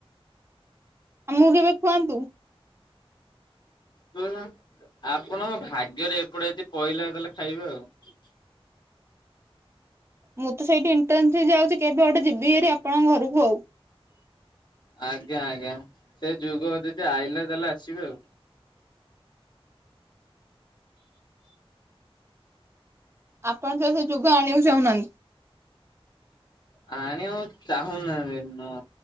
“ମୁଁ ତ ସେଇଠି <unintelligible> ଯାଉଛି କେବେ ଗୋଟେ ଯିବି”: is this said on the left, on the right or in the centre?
Right